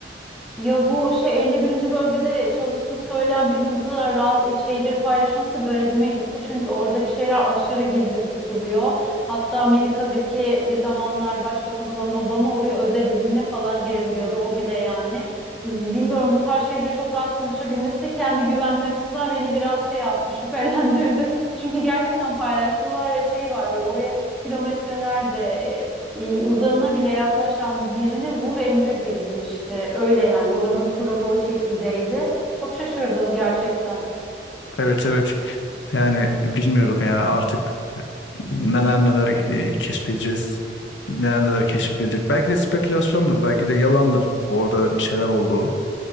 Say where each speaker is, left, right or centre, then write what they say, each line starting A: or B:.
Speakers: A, in the centre; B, on the left.
A: Ya bu şey elli birinci bölgede çalıştığını söyleyen birinin bu kadar rahat iç- şeyleri paylaşması garibime gitti. Çünkü oradaki şeyler aşırı gizli tutuluyor. Hatta Amerika'daki bir zamanlar başbakan olan Obama oraya özel izinle falan girebiliyordu. O bile yani. Bilmiyorum bu tarz şeyleri çok rahat konuşabilmesi kendi güvenliği açısından beni biraz şey yaptı, <laughs> şüphelendirdi. Çünkü gerçekten paylaşmıyorlar ve şey var böyle oraya kilometrelerce e, uzağına bile yaklaşan birine vur emri verilmişti. Öyle yani oranın kuralı o şekildeydi. Çok şaşırdım gerçekten.
B: evet evet yani bilmiyorum ya artık neler neler e, keşfedeceğiz. Neler neler keşfedilecek. Belki de spekülasyondur. Belki de yalandır orada bir şeyler olduğu.